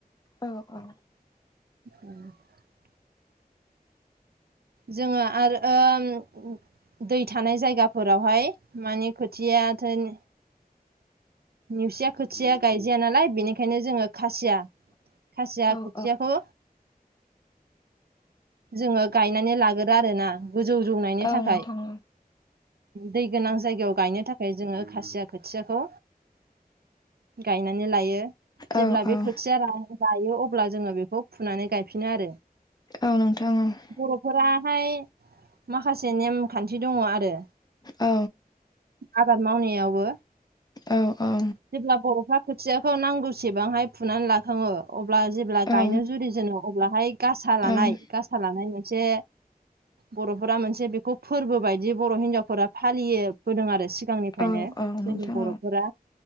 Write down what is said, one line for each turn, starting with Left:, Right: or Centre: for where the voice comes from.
Left: औ औ।
Right: <inaudible> जोङो <unintelligible> दै थानाय जायगाफोरावहाय माने खोथिया थोन नेवसिया खोथिया गायजाया नालाय बेनिखायनो जोङो खासिया खासिया
Left: औ
Right: खोथियाखौ
Left: औ
Right: जोङो गायनानै लागोरो आरोना गोजौ जौनायनि थाखाय
Left: औ नोंथां
Right: दै गोनां जायगायाव गायनो थाखाय जोङो खासिया खोथियाखौ गायनानै लायो।
Left: औ
Right: जेब्ला
Left: औ
Right: बे खोथिया रायो अब्ला जोङो बेखौ फुनानै गायफिनो आरो।
Left: औ नोंथां औ
Right: बर'फोराहाय माखासे नेमखान्थि दङ आरो
Left: औ।
Right: आबाद मावनायावबो
Left: औ औ।
Right: जेब्ला बर'फ्रा खोथियाखौ नांगौसेबांहाय फुनानै ला खांङो अब्ला जेब्ला गायनो
Left: औ
Right: जुरिजेनो अब्लाहाय गासा लानाय
Left: औ
Right: ओमफ्राय मोनसे बर' फोरा मोनसे बेखौ फोरबो बायदि बर' हिनजावफोरा फालियोबोदों आरो सिगांनिफ्रायनो
Left: औ नोंथां औ औ नोंथां
Right: जोंनि बर'फोरा